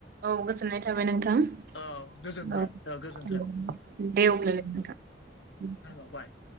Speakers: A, on the right; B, on the left.
A: औ गोजोननाय थाबाय नोंथां
B: औ गोजोनबाय
A: औ
B: गोजोन्थों
A: <unintelligible> दे अब्लालाय नोंथां <unintelligible>
B: ह'बाय